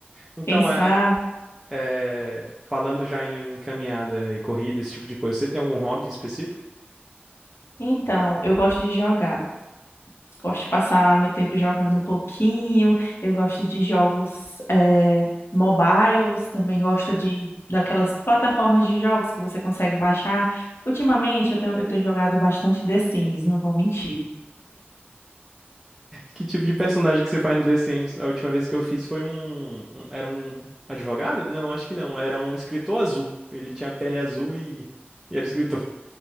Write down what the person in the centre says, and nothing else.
Então,
é, é, é, falando já em caminhada e corrida, esse tipo de coisa, você tem algum hobby específico?
Que tipo de personagem que você faz no The Sims? A última vez que eu fiz foi um, um- Era um advogado? Não, acho que não. Era um escritor azul. Ele tinha pele azul e, e era escritor.